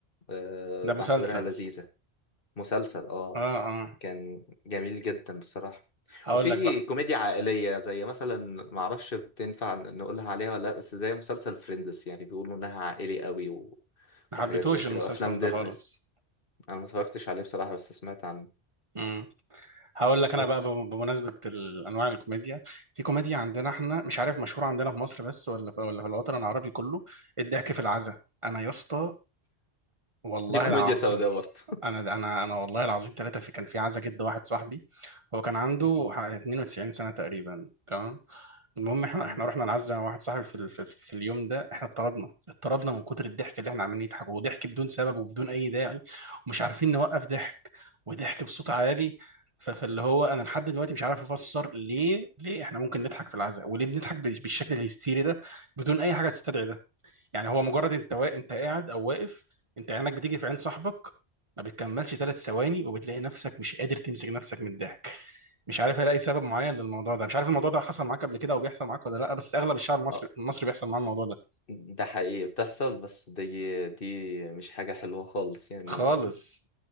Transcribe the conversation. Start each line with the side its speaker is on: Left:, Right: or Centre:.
Left: آه،
Right: ده
Left: بعتبرها
Right: مسلسل
Left: لذيذه مسلسل اه
Right: اه اه
Left: كان جميل جدا بصراحه
Right: هقول
Left: وفي
Right: لك بقى
Left: كوميديا عائليه زي مثلا ما اعرفش تنفع نقولها عليها ولا لا بس زي مسلسل فريندز يعني بيقولوا انها عائلي قوي و-
Right: ما
Left: وحاجات
Right: حبيتهوش
Left: زي كده
Right: المسلسل
Left: وافلام ديزنس
Right: ده خالص
Left: انا ما اتفرجتش عليه بصراحه بس سمعت عنه
Right: امم هقول لك
Left: بس
Right: انا بقى بم- بمناسبة ال- انواع الكوميديا في كوميديا عندنا احنا مش عارف مشهورة عندنا في مصر بس ولا في ولا في الوطن العربي كله الضحك في العزا انا يا اسطى والله
Left: دي كوميديا
Right: العظيم
Left: سوداء برضه
Right: انا انا انا والله العظيم ثلاثه في كان في عزا جد واحد صاحبي هو كان عنده
Left: مم.
Right: ح- 92 سنه تقريبا تمام المهم احنا
Left: مم.
Right: احنا رحنا نعزى انا واحد صاحبي في, ال- في, في اليوم ده احنا اتطردنا اتطردنا من كتر الضحك اللي احنا عمالين نضحك وضحك بدون سبب وبدون اي داعي ومش عارفين نوقف ضحك وضحك بصوت عالي ف- فاللي هو انا لحد دلوقتي مش عارف افسر ليه ليه احنا ممكن نضحك في العزاء وليه بنضحك بال- بالشكل الهستيري ده بدون اي حاجه تستدعي ده يعني هو مجرد انت وا... انت قاعد او واقف انت عينك بتيجي في عين صاحبك ما بتكملش ثلاث ثواني وبتلاقي نفسك مش قادر تمسك نفسك من الضحك مش عارف الاقي سبب معين للموضوع ده مش عارف الموضوع ده حصل معاك قبل كده او بيحصل معاك ولا لا بس اغلب الشعب المصري
Left: اه
Right: المصري بيحصل معاه الموضوع ده
Left: ده حقيقي بتحصل بس دي دي مش حاجة حلوة خالص يعني
Right: خالص